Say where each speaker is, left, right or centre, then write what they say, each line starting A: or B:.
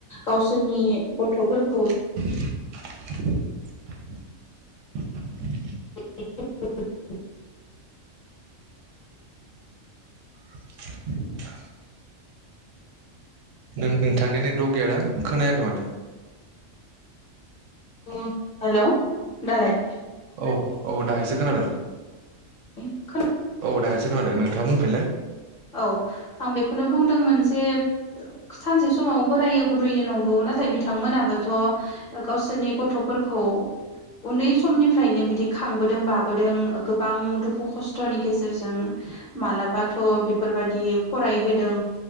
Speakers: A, on the left; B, on the right.
A: गावसोरनि गथफोर
B: <inaudible> <inaudible> <inaudible>
A: <unintelligible>
B: <inaudible> नों नोंथांनिया नेट अवार्क गैयादां खोनायाखै माथो।
A: <inaudible> हेलौ दालाय।
B: औ औ दा एसे खोनादों।
A: <unintelligible>
B: अ दा एसे खोनादों नोंथाङा बुंफिनलाय।
A: औ आं बेखौनो बुंदोंमोन जे सानसे समाव बोरायो बुरैयो नंगौ नाथाय बिथांमोनाबोथ गावसोरनि गथ फोरखौ। उन्दै समनिफ्रायनो बिदि खांबोदों बाबोदों गोबां दुखु खस्थनि गेजेरजों मालाबाथ बे फोरबायदि फरायहोदों